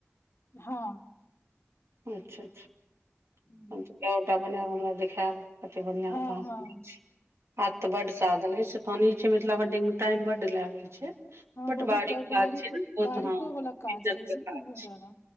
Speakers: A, on the left (about 65°); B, on the right (about 75°).
A: हँ
B: अच्छा अच्छा
A: <inaudible>
B: हम कएोटा बनायब हमरा देखैब। कत बढ़िया
A: हँ
B: तऽ हम
A: हँ
B: छी हाथ बड सादन अछी। पानी छै मिथिला पेन्टिङगमे टाइम बड लागै छै।
A: हँ
B: पटवारी
A: बहुत बारीक
B: काज छै ने
A: बारीको
B: ओत ह
A: वाला काज
B: इज्जत
A: रहै
B: के
A: छै ने
B: काज
A: बहुत ज्यादा
B: छै।